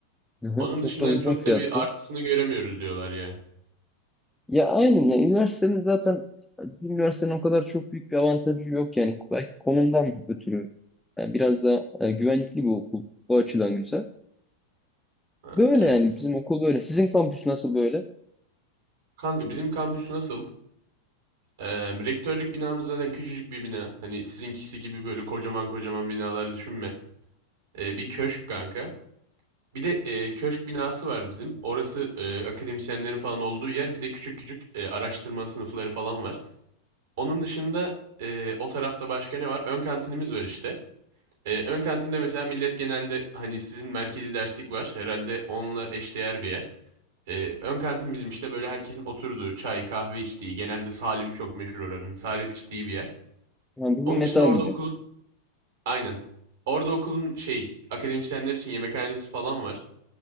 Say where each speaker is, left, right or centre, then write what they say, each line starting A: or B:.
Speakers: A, in the centre; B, on the right.
A: Hı hı.
B: Onun
A: Çok
B: dışında
A: da uygun
B: hani çok
A: fiyatlı.
B: da bir artısını göremiyoruz diyorlar yani.
A: Ya aynen ya. Üniversitenin zaten bizim üniversitenin o kadar çok büyük bir avantajı yok yani belki konumdan ötürü. Yani biraz da e, güvenlikli bir okul. Bu açıdan güzel.
B: Ha,
A: Böyle
B: evet.
A: yani bizim okul böyle. Sizin kampüs nasıl böyle?
B: Kanka bizim kampüs nasıl? Ee, rektörlük binamız zaten küçücük bir bina. Hani sizinkisi gibi böyle kocaman kocaman binalar düşünme. Ee, bir köşk kanka. Bir de e, köşk binası var bizim. Orası e, akademisyenlerin falan olduğu yer. Bir de küçük küçük e, araştırma sınıfları falan var. Onun dışında e, o tarafta başka ne var? Ön kantinimiz var işte. Ee, ön kantinde mesela millet genelde hani sizin merkezi derslik var. Herhalde onunla eşdeğer bir yer. Ee, ön kantin bizim işte böyle herkesin oturduğu, çay, kahve içtiği, genelde salebi çok meşhur oranın. Salep içtiği bir yer.
A: Yani bizim
B: Onun
A: meta
B: dışında orada
A: gibi.
B: okulun, aynen. Orada okulun şey, akademisyenler için yemekhanesi falan var.